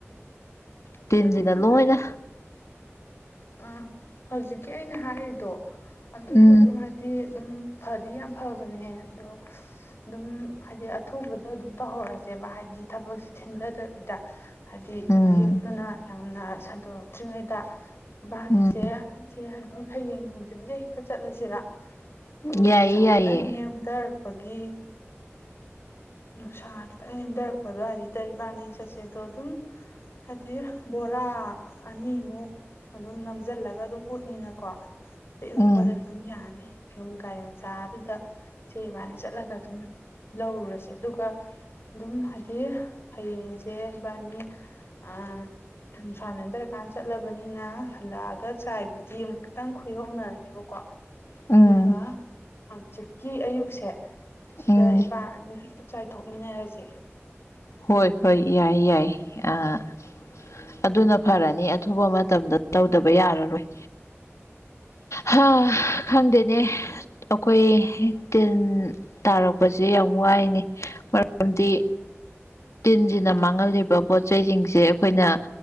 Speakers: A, on the left; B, on the left.
A: ꯏꯆꯦ
B: ꯇꯤꯟꯁꯤꯅ
A: ꯑꯗꯨꯝ
B: ꯂꯣꯏꯅ
A: ꯍꯥꯏꯗꯤ ꯑꯥ ꯍꯧꯖꯤꯛꯀꯤ ꯑꯩꯅ ꯍꯥꯏꯔꯤꯗꯣ ꯑꯗꯨꯁꯨ
B: ꯎꯝ
A: ꯑꯗꯨꯝ ꯍꯥꯏ ꯗꯤ ꯑꯗꯨꯝ ꯐꯗꯤ ꯌꯥꯝ ꯐꯕꯅꯦ ꯑꯗꯣ ꯑꯗꯨꯝ ꯍꯥꯏꯗꯤ ꯑꯊꯨꯕꯗ ꯑꯗꯨꯝ ꯇꯧꯍꯧꯔꯁꯦꯕ ꯍꯥꯏꯗꯤ ꯊꯕꯛꯁꯦ ꯊꯤꯟꯊꯗꯕꯤꯗ꯫ ꯍꯥꯏꯗꯤ
B: ꯎꯝ
A: ꯃꯍꯤꯛꯇꯨꯅ ꯌꯥꯝꯅ ꯁꯟꯗꯣꯔꯛꯇ꯭ꯔꯤꯉꯩꯗ ꯏꯕꯥꯅꯤꯁꯦ
B: ꯎꯝ
A: ꯏꯆꯦ ꯍꯥꯏꯗꯤ ꯍꯌꯦꯡ ꯅꯨꯡꯊꯤꯟꯁꯦ ꯍꯦꯛꯇ ꯆꯠꯂꯁꯤꯔ ꯑꯍꯣꯏ
B: ꯌꯥꯏꯌꯦ
A: ꯅꯨꯡꯁꯥ
B: ꯌꯥꯏꯌꯦ
A: ꯈꯤꯇꯪ ꯅꯦꯝꯊꯔꯛꯄꯒꯤ ꯅꯨꯡꯁꯥ ꯈꯤꯇꯪ ꯅꯦꯝꯊꯔꯛꯄꯗꯣ ꯍꯥꯏꯗꯤ ꯏꯕꯥꯅꯤ ꯆꯠꯁꯦꯗꯣ ꯑꯗꯨꯝ ꯍꯥꯏꯗꯤ ꯕꯣꯔꯥ ꯑꯅꯤꯃꯨꯛ ꯑꯗꯨꯝ ꯅꯝꯖꯜꯂꯒ ꯑꯗꯨꯝ ꯎꯠꯅꯤꯅꯀꯣ ꯄꯦꯛꯂꯛꯄꯗ
B: ꯎꯝ
A: ꯑꯗꯨꯝ ꯌꯥꯅꯤ ꯅꯨꯡ ꯀꯥꯏ ꯃꯆꯥꯗꯨꯗ ꯆꯦꯕꯥꯅ ꯆꯠꯂꯒ ꯑꯗꯨꯝ ꯂꯧꯔꯨꯔꯁꯤ ꯑꯗꯨꯒ ꯑꯗꯨꯝ ꯍꯥꯏꯗꯤ ꯍꯌꯦꯡꯁꯦ ꯏꯕꯥꯅꯤ ꯎꯝ ꯅꯨꯡꯁꯥ ꯅꯦꯝꯊꯔꯛꯂ ꯀꯥꯟꯗ ꯆꯠꯂꯕꯅꯤꯅ ꯍꯜꯂꯛꯑꯒ ꯆꯥꯏꯕꯨꯗꯤ ꯑꯃꯨꯛ ꯈꯇꯪ ꯈꯨꯌꯧꯅꯔꯅꯤꯕꯀꯣ
B: ꯎꯝ
A: ꯑꯗꯨꯒ ꯍꯥꯡꯆꯤꯠꯀꯤ ꯑꯌꯨꯛꯁꯦ ꯁꯤꯗ
B: ꯎꯝ
A: ꯏꯕꯥꯅꯤ ꯆꯥꯏꯊꯣꯛꯃꯤꯟꯅꯔꯁꯦ
B: ꯍꯣꯏ ꯍꯣꯏ ꯌꯥꯏ ꯌꯥꯏ ꯑ ꯑꯗꯨꯅ ꯐꯔꯅꯤ ꯑꯊꯨꯕ ꯃꯇꯝꯗ ꯇꯧꯗꯕ ꯌꯥꯔꯔꯣꯏ ꯍꯥ ꯈꯪꯗꯦꯅꯦ ꯑꯩꯈꯣꯏ ꯇꯤꯟ ꯇꯥꯔꯛꯄꯁꯦ ꯌꯥꯝ ꯋꯥꯏꯅꯤ ꯃꯔꯝꯗꯤ ꯇꯤꯟꯁꯤꯅ ꯃꯥꯡꯍꯜꯂꯤꯕ ꯄꯣꯠ ꯆꯩꯁꯤꯡꯁꯦ ꯑꯩꯈꯣꯏꯅ